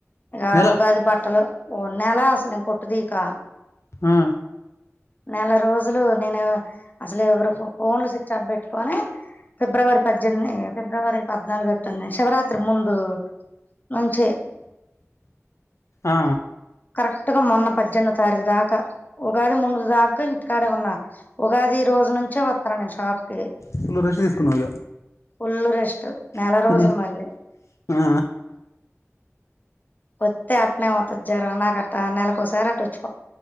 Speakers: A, on the left (about 35°); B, on the left (about 70°).
A: ఇగ
B: నెల
A: ఉగాది బట్టలు ఒ నెలా అసలు నేను కొట్టు తీయకా,
B: ఆ
A: నెల రోజులు నేను అసలు ఎవరు ఫో ఫోన్లు స్విచ్ ఆఫ్ పెట్టుకొని ఫిబ్రవరి పద్దెనిమిది ఫిబ్రవరి పద్నాలుగు టుంది శివరాత్రి ముందు నుంచే
B: ఆ
A: కరెక్ట్ గా మొన్న పద్దెనిమిది తారీఖు దాకా ఉగాది ముందు దా కా ఇంటికాడే ఉన్నా ఉగాది రోజు నుంచే వత్తన్నా నేను షాప్ కి.
B: ఫుల్ రెస్ట్ తీసుకున్నావు
A: ఫుల్లు రెస్ట్ నెల
B: ఇగ
A: రోజులు మళ్ళీ.
B: ఆ
A: వత్తే అట్టనే వత్తది జరం నాకు అట్టా నెలకోసారి అట్టా అచ్చి